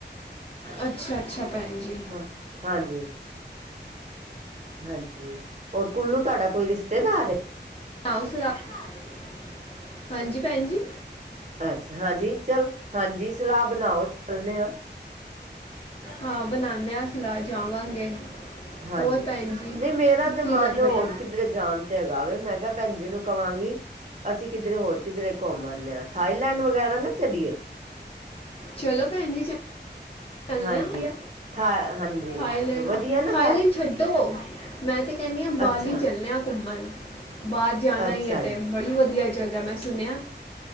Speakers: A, on the left; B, on the right.
A: ਅੱਛਾ, ਅੱਛਾ ਭੈਨ ਜੀ।
B: ਹਾਂ, ਹਾਂਜੀ। ਹਾਂਜੀ, ਹੋਰ ਕੁੱਲੂ ਤੂਆਡਾ ਕੋਈ ਰਿਸ਼ਤੇਦਾਰ ਏ?
A: ਓ ਸਲਾਅ <inaudible> ਹਾਂਜੀ ਭੈਨ ਜੀ?
B: ਅੱਛਾ ਹਾਂਜੀ ਚਲ ਹਾਂਜੀ ਸਲਾਹ ਬਨਾਓ ਚੱਲਨੇ ਆਂ।
A: ਹਾਂ, ਬਨਾਨੇ ਆਂ ਸਲਾਅ, ਜਾਵਾਂਗੇ।
B: ਹਾਂਜੀ,
A: ਹੋਰ ਭੈਣ ਜੀ
B: ਨੀ ਮੇਰਾ ਤੇ
A: ਕੀ
B: ਮਨ
A: ਕਰਦੇ
B: ਹੋਰ
A: ਪਿਓ
B: ਕਿਧਰੇ ਜਾਨ ਤੇ ਹੈਗਾ ਵੇ, ਮੈਂ ਕੇਆ ਭੈਨ ਜੀ ਨੂੰ ਕਵਾਂਗੀ, ਅਸੀ ਕਿਦਰੇ ਹੋਰ ਕਿਦਰੇ ਘੁੰਮ ਆਂਨੇ ਆ। ਥਾਈਲੈਂਡ ਵਗੈਰਾ ਨਾ ਚਲੀਏ?
A: ਚਲੋ ਭੈਨ ਜੀ ਚ ਚਲਨਾ
B: ਹਾਂਜੀ
A: ਹੈ ਵਈ,
B: ਥਾ ਹਾਂਜੀ
A: ਥਾਈਲੈਂਡ,
B: ਵਧੀਆ ਨਾ
A: ਥਾਈਲੈਂਡ ਛੱਡੋ ਮੈਂ ਤੇ ਕੈਹਨੀ ਆਂ ਬਾਲੀ
B: ਅੱਛਾ
A: ਚੱਲਨੇ ਆ ਘੁੰਮਨ, ਬਾਹਰ ਜਾਨਾ
B: ਅੱਛਾ
A: ਈ ਏ ਤੇ।
B: ਜੀ
A: ਬੜੀ ਵਦੀਆ ਜਗਹ ਐ, ਮੈਂ ਸੁਨੇਆ